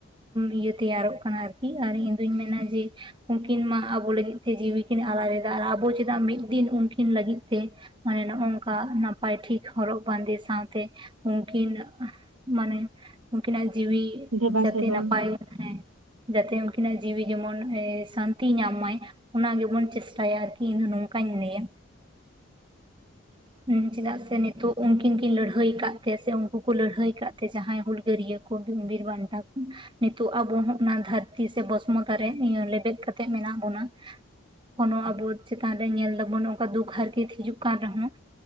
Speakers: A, on the right; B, on the right.
A: ᱤᱭᱟᱹ ᱛᱮᱭᱟᱨᱚᱜ ᱠᱟᱱᱟ ᱟᱨᱠᱤ ᱟᱨ ᱤᱧ ᱫᱩᱧ ᱢᱮᱱᱟ ᱡᱮ ᱩᱱᱠᱤᱱ ᱢᱟ ᱟᱵᱚ ᱞᱟᱹᱜᱤᱫ ᱛᱮ ᱡᱤᱣᱤ ᱠᱤᱱ ᱟᱞᱟ ᱞᱮᱫᱟ ᱟᱨ ᱟᱵᱚ ᱪᱮᱫᱟᱜ ᱢᱤᱫ ᱫᱤᱱ ᱩᱱᱠᱤᱱ ᱞᱟᱹᱜᱤᱫ ᱛᱮ ᱢᱟᱱᱮ ᱱᱚᱜᱼᱚ ᱱᱚᱝᱠᱟ ᱱᱟᱯᱟᱭ ᱴᱷᱤᱠ ᱦᱚᱨᱚᱜ ᱵᱟᱸᱫᱮ ᱥᱟᱶᱛᱮ ᱩᱱᱠᱤᱱ ᱢᱟᱱᱮ ᱩᱱᱠᱤᱱᱟᱜ ᱡᱤᱣᱤ
B: ᱫᱮᱵᱟ
A: ᱡᱟᱛᱮ
B: ᱥᱮᱵᱟ
A: ᱱᱟᱯᱟᱭ
B: <inaudible>
A: ᱦᱮᱸ ᱡᱟᱛᱮ ᱩᱱᱠᱤᱱᱟᱜ ᱡᱤᱣᱤ ᱡᱮᱢᱚᱱ ᱥᱟᱱᱛᱤ ᱧᱟᱢ ᱢᱟᱭ᱾ ᱚᱱᱟ ᱜᱮᱵᱚᱱ ᱪᱮᱥᱴᱟᱭᱟ ᱟᱨᱠᱤ ᱤᱧᱫᱚ ᱱᱚᱝᱠᱟᱧ ᱞᱟᱹᱭᱟ
B: ᱩᱸ
A: ᱦᱮᱸ ᱪᱮᱫᱟᱜ ᱥᱮ ᱱᱤᱛᱚᱜ ᱩᱱᱠᱤᱱ ᱠᱤᱱ ᱞᱟᱹᱲᱦᱟᱹᱭ ᱟᱠᱟᱫ ᱛᱮ ᱥᱮ ᱩᱱᱠᱩ ᱠᱚ ᱞᱟᱹᱲᱦᱟᱹᱭ ᱠᱟᱫ ᱛᱮ ᱡᱟᱦᱟᱸᱭ ᱦᱩᱞᱜᱟᱹᱨᱭᱟᱹ ᱠᱚ ᱵᱤᱨ ᱵᱤᱨ ᱵᱟᱱᱴᱟ ᱠᱚ ᱱᱤᱛᱚᱜ ᱟᱵᱚ ᱦᱚᱸ ᱚᱱᱟ ᱫᱷᱟᱹᱨᱛᱤ ᱥᱮ ᱵᱚᱥᱢᱚᱛᱟᱨ ᱨᱮ ᱱᱤᱭᱟᱹ ᱞᱮᱵᱮᱫ ᱠᱟᱛᱮ ᱢᱮᱱᱟᱜ ᱵᱚᱱᱟ ᱾ ᱠᱚᱱᱳ ᱟᱵᱚ ᱪᱮᱛᱟᱱ ᱨᱮ ᱧᱮᱞ ᱫᱟᱵᱚᱱ ᱚᱱᱠᱟ ᱫᱩᱠ ᱦᱟᱨᱠᱮᱛ ᱦᱤᱡᱩᱜ ᱠᱟᱱ ᱨᱮᱦᱚᱸ